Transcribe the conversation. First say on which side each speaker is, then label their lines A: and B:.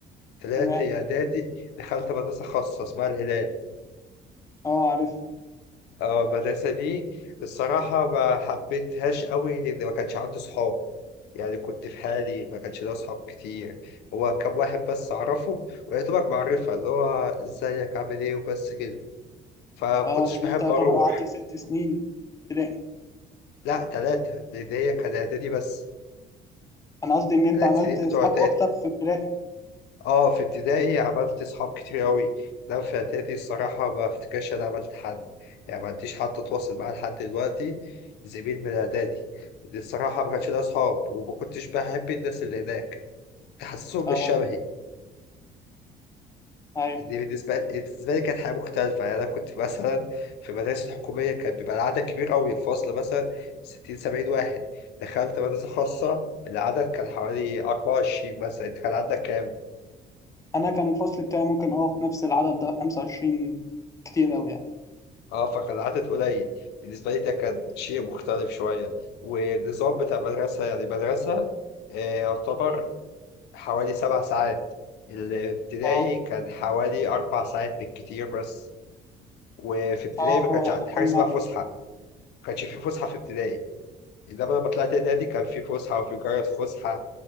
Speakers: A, on the left (about 80°); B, on the left (about 20°).
A: طلعت
B: تمام
A: اعدادي دخلت مدرسه خاصه اسمها الهلال
B: اه عارف
A: اه المدرسه دي الصراحه ما حبيتهاش قوي لان ما كانش عندي صحاب يعني كنت في حالي ما كانش ليا أصحاب كتير هو كام واحد بس أعرفهم ويا دوبك معرفة اللي هو إزيك عامل إيه وبس كده فمكنتش
B: اه لأن
A: بحب
B: أنت يعتبر
A: أروح
B: قعدت ست سنين ابتدائي
A: لا تلاتة لأن هي كان إعدادي بس
B: أنا قصدي إن أنت
A: تلات
B: عملت
A: سنين بتوع
B: صحاب
A: إعدادي
B: أكتر في ابتدائي
A: أه في ابتدائي عملت أصحاب كتير أوي ده في إعدادي الصراحة ما أفتكرش أنا عملت حد يعني ما عنديش حد أتواصل معاه لحد دلوقتي زميل من إعدادي دي الصراحة ما كانش ليا أصحاب وما كنتش بحب الناس اللي هناك كنت حاسسهم
B: اه
A: مش شبهي
B: أيوه
A: دي بالنسبة بالنسبة لي كانت حياة مختلفة يعني أنا كنت مثلا في المدارس الحكومية كان بيبقى العدد كبير أوي الفصل مثلا 60 70 واحد دخلت مدرسة خاصة العدد كان حوالي 24 مثلا أنت كان عندك كام؟
B: انا كان الفصل بتاعي ممكن اه في نفس العدد ده 25 كتير قوي يعني
A: أه فكان العدد قليل بالنسبة لي ده كان شيء مختلف شوية والنظام بتاع المدرسة يعني المدرسة آه، يعتبر حوالي سبع ساعات الابتدائي
B: اه
A: كان حوالي أربع ساعات بالكتير بس وفي ابتدائي
B: اه
A: ما كانش
B: احنا
A: عندي حاجة
B: كنا
A: اسمها فسحة ما كانش في فسحة في ابتدائي انما لما طلعت نادي كان في فسحه وفي جرس فسحه